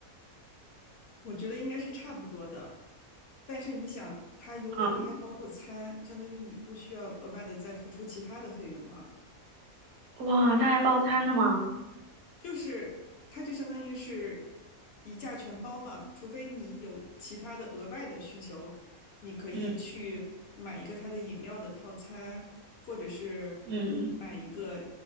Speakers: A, on the left (about 60°); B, on the right (about 80°).
A: 我觉得应该是差不多的。但是你想，它游轮它还包括餐，
B: 嗯，
A: 相当于你不需要额外的再付出其他的费用了。
B: 哇，它还包餐的吗？
A: 就是它就相当于是一价全包嘛，除非你有其他的额外的需求，你可以去买一个它的饮料的套餐，
B: 嗯
A: 或者是买一个
B: 嗯